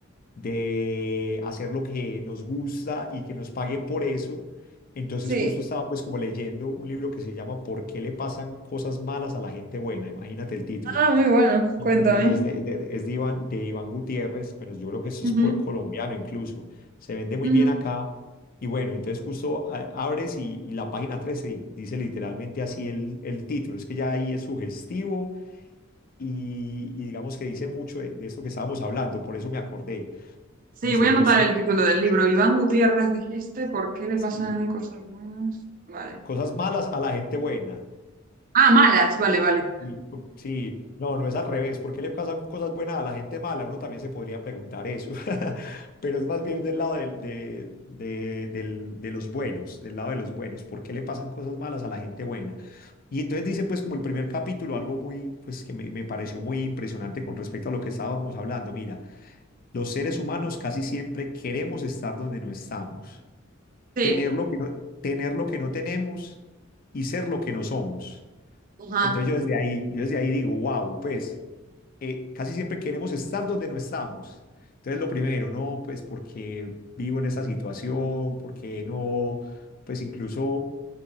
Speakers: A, on the left; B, on the right.
A: de hacer lo que nos gusta y que nos paguen por eso, entonces
B: Sí.
A: justo estaba pues como leyendo un libro que se llama ¿Por qué le pasan cosas malas a la gente buena? Imagínate el título.
B: Ah, muy bueno.
A: Eh,
B: Cuéntame.
A: Es de, de- es de Iván, de Iván Gutiérrez, bueno, yo creo que eso
B: Ujú,
A: es col- colombiano incluso, se vende muy
B: ujú.
A: bien acá. Y bueno, entonces justo a- abres y, y la página 13 di- dice literalmente así el, el título, es que ya ahí es sugestivo y, y digamos que dice mucho de, de esto que estábamos hablando, por eso me acordé.
B: Sí,
A: Dice,
B: voy a
A: los,
B: anotar el título del libro. Iván Gutiérrez, dijiste, ¿por qué le
A: sí,
B: pasan cosas buenas? Vale.
A: cosas malas a la gente buena.
B: Ah, malas, vale, vale.
A: Y, pu- Sí, no, no es al revés. ¿Por qué le pasan cosas buenas a la gente mala? Uno también se podría preguntar eso. <laughs> Pero es más bien del lado del- de, de, del- de los buenos, del lado de los buenos. ¿Por qué le pasan cosas malas a la gente buena? Y entonces dice, pues, como el primer capítulo, algo muy, pues, que me, me pareció muy impresionante con respecto a lo que estábamos hablando. Mira, los seres humanos casi siempre queremos estar donde no estamos,
B: Sí,
A: tener lo que no, tener lo que no tenemos y ser lo que no somos.
B: ajá.
A: Entonces yo desde ahí, yo desde ahí digo, wow, pues eh, casi siempre queremos estar donde no estamos. Entonces lo primero, no, pues porque vivo en esta situación, porque no, pues incluso,